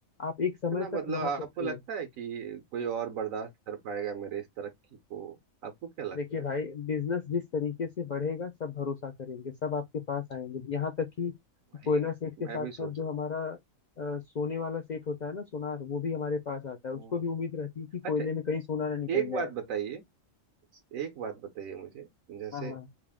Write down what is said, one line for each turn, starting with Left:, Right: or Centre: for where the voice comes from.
Left: आप एक
Right: इतना
Left: समय
Right: बदलाव
Left: तक वहां
Right: आपको
Left: पे थे
Right: लगता है कि कोई और बर्दाश्त कर पाएगा मेरे इस तरक्की को आपको क्या लगता
Left: देखिए भाई
Right: है
Left: बिजनेस जिस तरीके से बढ़ेगा सब भरोसा करेंगे सब आपके पास आएंगे यहाँ तक कि
Right: भाई
Left: कोयला सेठ के
Right: मैं
Left: साथ
Right: भी
Left: साथ
Right: सोच
Left: जो
Right: रहा
Left: हमारा अ, सोने वाला सेठ होता है ना सोनार वो भी हमारे पास आता है
Right: हूँ
Left: उसको
Right: हम्म।
Left: भी उम्मीद रहती है कि
Right: अच्छा
Left: कोयले में कहीं सोना ना निकल
Right: एक
Left: जाए
Right: बात बताइए एक बात बताइए मुझे जैसे
Left: हाँ हाँ